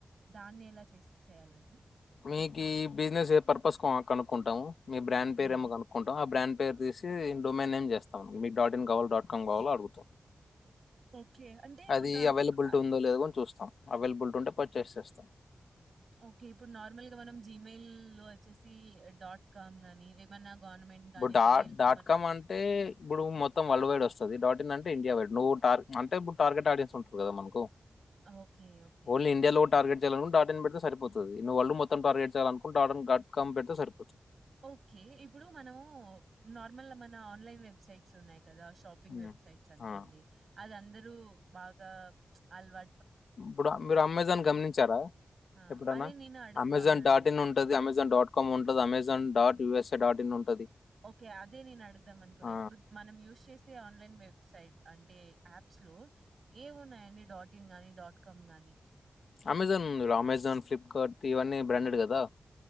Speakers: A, on the right (about 65°); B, on the left (about 80°).
A: దాన్ని ఎలా చేసి చేయాలండి.
B: మీ బిజనేస్ పర్పస్ కా. కనుకుంటా మీ బ్రాండ్
A: హుహు.
B: పేరు ఏమో అనుకుంటాం ఆ బ్రాండ్ పేర్ తీసి మేన్ ఏం చేస్తాం మీకు డాట్ ఇన్ గవల్ డాట్ కామ్ కావాల అడుగుతాం.
A: ఓకే. అంటే ఇప్పుడు
B: అది
A: దానికి
B: అవైలబిలిటీ
A: ఆహ్,
B: ఉందో లేదుకని చూస్తాం అవైలబిలిటీ ఉంటే పర్చేస్ చేస్తాం.
A: ఓకే. ఇప్పుడు నార్మల్‌గా మనం జిమెయిల్ లో వచ్చేసి డాట్ కామ్ గానీ లేదా ఏమన్నా గవర్నమెంట్ గాని
B: ప్పుడు డాట్
A: వేరే
B: డాట్కామ్
A: ఏమన్నా
B: అంటే ఇప్పుడు మొత్తం వరల్డ్ వైడ్ వస్తది, డాట్ ఇన్ అం టే ఇండియా వైడ్ నువ్ టార్ అంటే ఇప్పుడు టార్గెట్ యాడ్ కుంటరు కదా మనకు.
A: ఓకే ఓకే
B: ఓన్లీ ఇండియాలో టార్గెట్ చేయాలనుకుంటే డాట్ ఇన్ పెడితే సరిపోతది. నువ్వు వరల్డ్ మొత్తం టార్గెట్ చేయాలనుకుంటే డాటాన్ డాట్ కం పెడితే సరి
A: ఓకే ఇప్పుడు మనము నార్మల్ మన ఆన్లైన్ వెబ్సైట్స్ ఉన్నాయి కదా షాపింగ్
B: హ్మ్.
A: వెబ్సైట్స్ అనుకోండి
B: ఆ!
A: అది అందర్ రు బాగా ప్చ్ అలవా
B: ఇప్పుడు మీరు అమెజాన్ గమనించారా?
A: ఆ!
B: ఎప్పుడన్నా
A: అదే నేను అడుగుతా
B: అమెజాన్
A: ఉన్నానండి.
B: డాట్ ఇన్ ఉంటది, అమెజాన్ డాట్ కామ్ ఉంటది, Amazon dot U S A dot in ఉంటది.
A: ఓకే అదే నేను అడుద్దాం అనుకున్నా,
B: ఆ
A: ఇప్పుడు మనం యూజ్ చేసే ఆన్లైన్ వెబ్ సైట్ అంటే యాప్స్ లో ఏమి ఉన్నాయండి డాట్ ఇన్ గానీ, డాట్ కామ్ గానీ,
B: అమెజాన్ ఉందిగా! అమెజాన్, ఫ్లిప్కార్ట్ ఇవన్నీ బ్రాండెడ్ కదా.